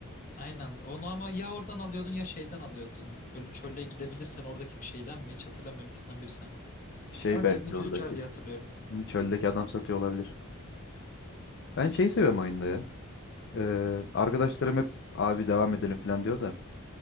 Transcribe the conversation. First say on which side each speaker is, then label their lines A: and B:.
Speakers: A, on the left; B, on the left.
A: Aynen. Onu ama ya oradan alıyordun ya şeyden alıyordun. Böyle çöle gidebilirsen oradaki bir şeyden mi? Hiç hatırlamıyorum ikisinden birisi.
B: Şey
A: Ama gezgin
B: belki
A: tüccar
B: oradaki.
A: diye hatırlıyorum.
B: hı, Çöldeki adam satıyor olabilir. Ben şeyi seviyorum oyunda ya. Ee, arkadaşlarım hep abi devam edelim falan diyor da.